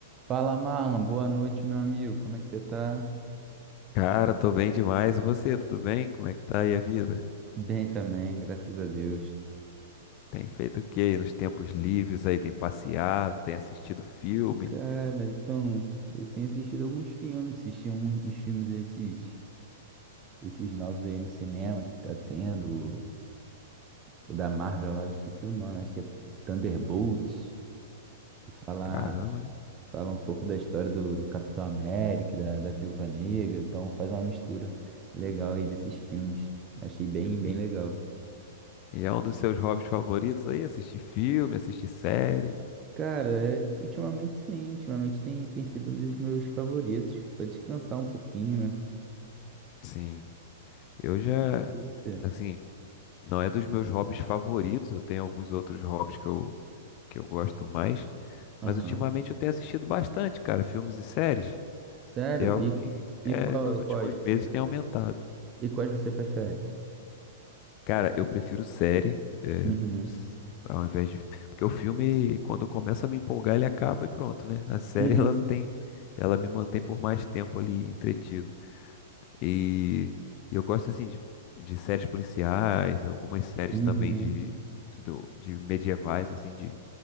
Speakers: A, on the right; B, on the left.
A: Fala, Marlon. Boa noite, meu amigo. Como é que você tá?
B: Cara, tô bem demais. E você, tudo bem? Como é que tá aí a vida?
A: Bem também, graças a Deus.
B: Tem feito o quê aí nos tempos livres aí? Tem passeado, tem assistido filme?
A: Cara, então, eu tenho assistido alguns filmes, assisti uns, uns filmes esses, esses novos aí no cinema que tá tendo, o da Marvel lá, eu esqueci o nome, acho que é Thunderbolt, que fala,
B: Caramba.
A: fala um pouco da história do, do Capitão América, da, da Viúva Negra, então faz uma mistura legal aí desses filmes. Eu achei bem, bem
B: E,
A: legal.
B: e é um dos seus hobbies favoritos aí? Assistir filme, assistir série?
A: Cara, é, ultimamente sim, ultimamente tem, tem sido um dos meus favoritos, pra descansar um pouquinho, né?
B: Sim. Eu já,
A: E você?
B: assim, não é dos meus hobbies favoritos. Eu tenho alguns outros hobbies que eu, que eu gosto mais. Mas
A: Aham.
B: ultimamente eu tenho assistido bastante, cara, filmes e séries.
A: Sério?
B: E é algo
A: E,
B: que é,
A: e qual,
B: nos últimos
A: quais você
B: meses
A: prefere?
B: tem aumentado.
A: E quais você prefere?
B: Cara, eu prefiro série, é,
A: Uhum.
B: s- ao invés de. Porque o filme, quando começa a me empolgar, ele acaba e pronto, né? A série,
A: Uhum.
B: <laughs> ela tem. Ela me mantém por mais tempo ali entretido. E eu gosto, assim, de, de séries policiais, algumas séries
A: Uhum.
B: também de, do, de medievais, assim, de